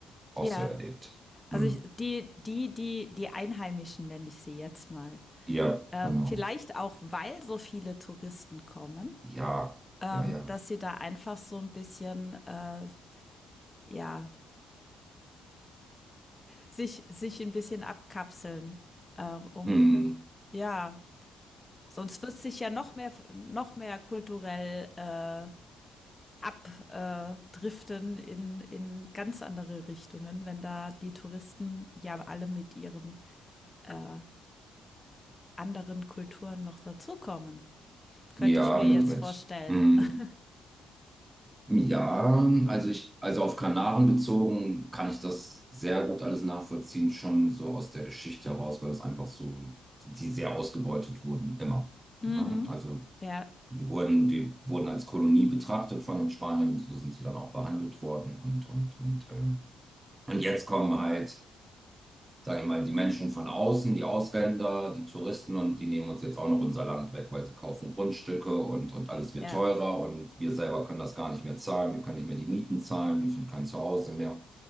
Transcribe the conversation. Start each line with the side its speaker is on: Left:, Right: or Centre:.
Right: auch
Left: ja.
Right: so erlebt.
Left: Also
Right: Hm.
Left: ich, die, die, die, die Einheimischen nenne ich sie jetzt mal.
Right: Ja,
Left: Äh,
Right: genau.
Left: vielleicht auch, weil so viele Touristen kommen,
Right: Ja,
Left: ähm,
Right: ja, ja.
Left: dass sie da einfach so ein bisschen, äh, ja, sich, sich ein bisschen abkapseln, äh, um,
Right: Hm.
Left: ja, sonst wird sich ja noch mehr, noch mehr kulturell äh, abdriften in, in ganz andere Richtungen, wenn da die Touristen ja alle mit ihren äh, anderen Kulturen noch dazukommen. Könnte
Right: Ja,
Left: ich mir
Right: mit,
Left: jetzt
Right: mit.
Left: vorstellen.
Right: Hm.
Left: <laughs>
Right: Ja, also ich, also auf Kanaren bezogen kann ich das sehr gut alles nachvollziehen, schon so aus der Geschichte heraus, weil das einfach so, die sehr ausgebeutet wurden, immer.
Left: Mhm.
Right: Ne? Also
Left: Ja,
Right: die wurden, die wurden als Kolonie betrachtet von den Spaniern und so sind sie dann auch behandelt worden und, und, und, ähm, und jetzt kommen halt sage ich mal, die Menschen von außen, die Ausländer, die Touristen und die nehmen uns jetzt auch noch unser Land weg, weil sie kaufen Grundstücke und, und alles wird
Left: ja,
Right: teurer und wir selber können das gar nicht mehr zahlen, wir können nicht mehr die Mieten zahlen, wir finden kein Zuhause mehr.